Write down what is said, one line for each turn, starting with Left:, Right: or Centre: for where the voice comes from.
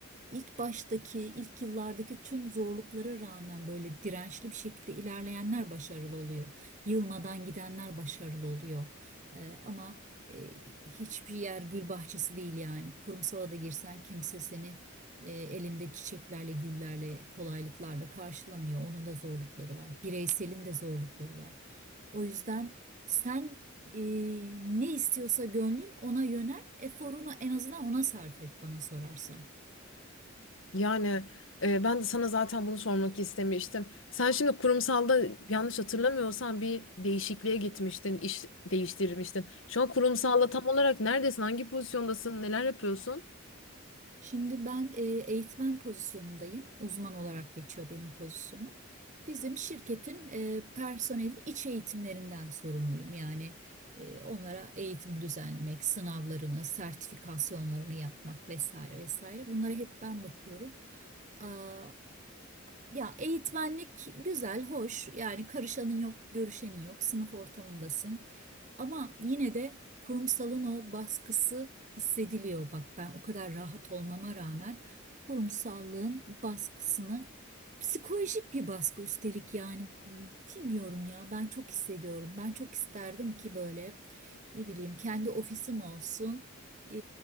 Right: ilk baştaki, ilk yıllardaki tüm zorluklara rağmen böyle dirençli bir şekilde ilerleyenler başarılı oluyor. Yılmadan gidenler başarılı oluyor. E, ama e, hiçbir yer gül bahçesi değil yani. Kurumsala da girsen kimse seni e, elinde çiçeklerle, güllerle, kolaylıklarla karşılamıyor. Onun da zorlukları var. Bireyselin de zorlukları var. O yüzden sen e, ne istiyorsa gönlün ona yönel, eforunu en azından ona sarf et bana sorarsan.
Left: Yani e, ben de sana zaten bunu sormak istemiştim. Sen şimdi kurumsalda yanlış hatırlamıyorsam bir değişikliğe gitmiştin, iş değiştirmiştin. Şu an kurumsalda tam olarak neredesin, hangi pozisyondasın, neler yapıyorsun?
Right: Şimdi ben e, eğitmen pozisyonundayım. Uzman olarak geçiyor benim pozisyonum. Bizim şirketin e, personelin iç eğitimlerinden sorumluyum. Yani e, onlara eğitim düzenlemek, sınavlarını, sertifikasyonlarını yapmak vesaire vesaire. Bunlara hep ben bakıyorum. Aa, ya eğitmenlik güzel, hoş. Yani karışanın yok, görüşenin yok. Sınıf ortamındasın. Ama yine de kurumsalın o baskısı hissediliyor. Bak ben o kadar rahat olmama rağmen kurumsallığın baskısını psikolojik bir baskı üstelik yani bilmiyorum ya ben çok hissediyorum. Ben çok isterdim ki böyle ne bileyim kendi ofisim olsun. Ee,